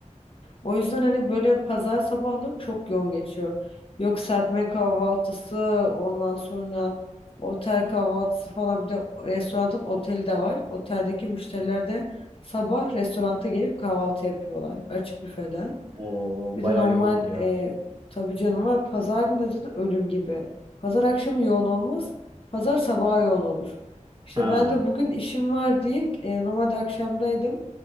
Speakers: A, on the left; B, on the right.
A: O yüzden hani böyle pazar sabahları çok yoğun geçiyor. Yok serpme kahvaltısı, ondan sonra otel kahvaltısı falan bir de restoranın oteli de var. Oteldeki müşteriler de sabah restoranta gelip kahvaltı yapıyorlar açık büfeden.
B: Oo
A: Bir
B: baya
A: de normal
B: yoğundur ya.
A: e, tabii canım var pazar günü zaten ölüm gibi. Pazar akşamı yoğun olmaz, pazar sabahı yoğun olur. İşte
B: Ha.
A: ben de bugün işim var diye e, normalde akşamdaydım.